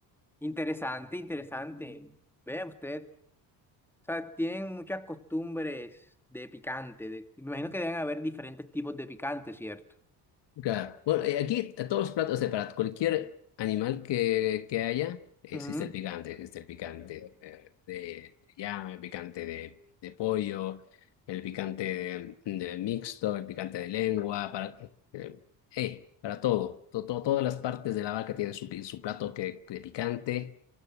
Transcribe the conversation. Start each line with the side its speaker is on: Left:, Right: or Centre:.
Centre: Interesante, interesante. Vea usted, o sea, tienen muchas costumbres de picante. de- Me imagino que deben haber diferentes tipos de picante, ¿cierto?
Left: Claro. Bueno, eh, aquí a todos los platos, o sea, para cualquier animal que, que haya, existe
Centre: Ujú.
Left: el picante, existe el picante eh, de, de llama, el picante de, de pollo, el picante de, de mixto, el picante de lengua, para, eh, eh, para todo, To- to- Todas las partes de la vaca tienen su, pi- su plato que, de picante,